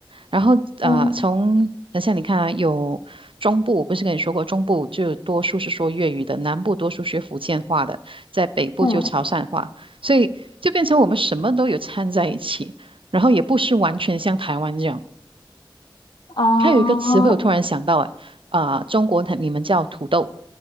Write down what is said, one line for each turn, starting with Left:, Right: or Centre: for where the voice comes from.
Right: 然后啊，
Left: 嗯
Right: 从等下你看啊，有中部，我不是跟你说过，中部就多数是说粤语的，南部多数学福建话的，在北部就潮汕话，
Left: 嗯，
Right: 所以就变成我们什么都有掺在一起，然后也不是完全像台湾这样。
Left: 啊，
Right: 还有一个词汇，我突然想到，哎，啊、中国它你们叫土豆，